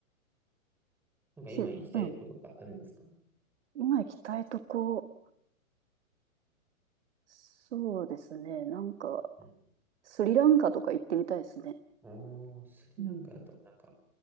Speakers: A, in the centre; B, on the right.
A: なんか今行きたいとことかあるんですか
B: し、うん。今行きたいとこ、そうですね。なんか、
A: うん
B: スリランカとか行ってみたいですね。
A: ああ、スリランカだと、
B: うん。
A: なんか、